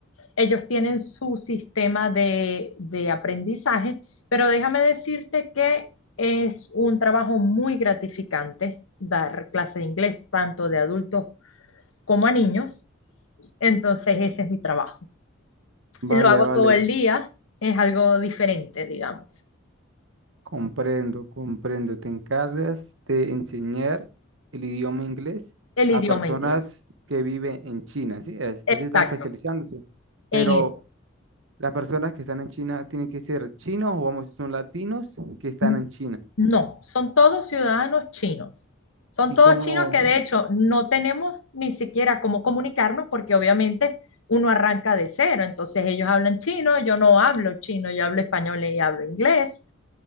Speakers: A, on the left; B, on the right.
A: Ellos tienen su sistema de, de aprendizaje, pero déjame decirte que es un trabajo muy gratificante dar clases de inglés, tanto de adultos como a niños. Entonces, ese es mi trabajo.
B: Vale,
A: Lo hago
B: vale.
A: todo el día, es algo diferente, digamos.
B: Comprendo, comprendo. Te encargas de enseñar el idioma inglés
A: El
B: a
A: idioma
B: personas
A: inglés.
B: que viven en China, así es, así
A: Exacto,
B: está especializándose. Pero
A: en eso.
B: las personas que están en China tienen que ser chinos o vamos, si son latinos que están
A: N-
B: en China.
A: No, son todos ciudadanos chinos. Son
B: Y
A: todos
B: como,
A: chinos que de hecho no tenemos ni siquiera cómo comunicarnos porque obviamente uno arranca de cero. Entonces ellos hablan chino, yo no hablo chino, yo hablo español y hablo inglés.